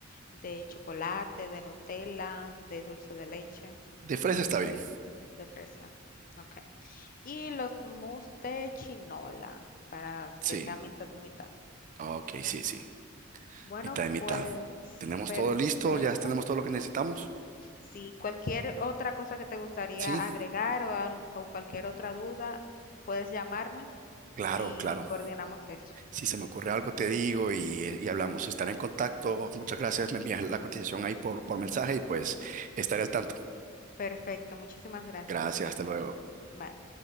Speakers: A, on the left; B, on the right.
A: de chocolate, de Nutella, de dulce de leche,
B: De fresa está bien,
A: de fresa. Ok. Y los mousse de chinola, para
B: sí,
A: que sea mitad y mitad.
B: ok, sí, sí.
A: Bueno,
B: Mitad y mitad.
A: pues
B: ¿Tenemos
A: perfecto.
B: todo listo? ¿Ya tenemos todo lo que necesitamos?
A: Si cualquier otra cosa que te gustaría
B: Sí,
A: agregar o, al- o cualquier otra duda, puedes llamarme
B: claro,
A: y
B: claro.
A: coordinamos eso.
B: Si se me ocurre algo, te digo y, eh, y hablamos. Estaré en contacto. Muchas gracias. Me envías la cotización ahí por, por mensaje y pues estaré al tanto.
A: Perfecto, muchísimas gracias.
B: Gracias, hasta luego.
A: Bye.